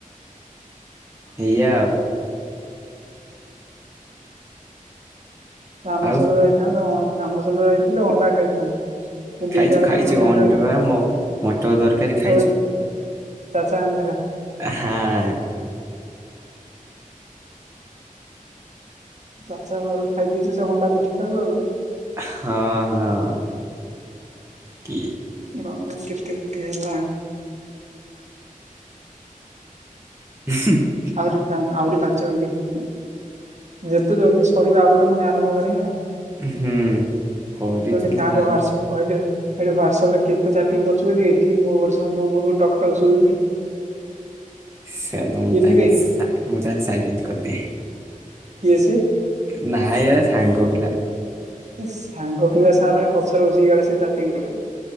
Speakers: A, on the right; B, on the right.
A: ଏଇଆ ଆଉ।
B: ତୁ ତ ଆମ
A: ଆଉ
B: ସହିତ ଯାଇଥାନ୍ତୁ ଆମ ସହିତ ଯାଇଥିଲେ ଅଣ୍ଡା ଖାଇଥାନ୍ତୁ। ତୁ ଦିଟା
A: ଖାଇଚୁ
B: ବେଳେ
A: ଖାଇଚୁ
B: ପର୍ଯ୍ୟନ୍ତ ଯାଇ
A: ଅଣ୍ଡା
B: ରହିଲୁ
A: ମଟର ତରକାରୀ ଖାଇଚୁ।
B: ଆଉ ଏ- ଚାଚା ଆଣିଥିଲା।
A: ଆ ହଁ।
B: ଚାଚା ମୋର ଖାଇ ଦେଇଛି ସେ ଅଣ୍ଡା ପିଠା ଟାକୁ ଆଉ।
A: ହଁ ହଁ। କି
B: ର ମେ କେତେ ମିନିଟ୍ ହେଲା?
A: ହୁଁ।
B: ଆହୁରି ପା ଆହୁରି ପାଞ୍ଚ ମିନିଟ ଯେତେ ଜଲଦି ସରିବ ଆଉ ଗୋଟେ ଫୁଣି ଆରମ୍ଭ କରିଆ।
A: ହୁଁ। କରିଥିଲି
B: କହିଲି ତାର
A: ଯାହା
B: ହ୍ବାଟସପ
A: ମୁଁ
B: କୁ ଅଇଲେ। ଏଇଠି ହ୍ବାଟସପ ରେ କେତେ ଚାଟିଂ କରୁଚୁ ବେ କି ଏଠି ମୋ ହ୍ବାଟସପ ମୋ ପାଖୁକୁ ଟକ୍ ଟକ୍ ଶୁଭୁଚି।
A: ସେ ମୁଁ
B: କିଏ
A: ତା
B: କିରେ
A: ସା ମୁଁ ତାକୁ ସାଇଲେଣ୍ଟ କରିଦିଏ।
B: କିଏ ସେ
A: ନାଇଁ ଏ ସାଙ୍ଗ ପିଲା।
B: ସାଙ୍ଗ ପିଲା ସାଂରେ ଏଇ ପଛରେ ବସିକି କାଳେ ସିଏ ଚାଟିଂ କରୁଚି।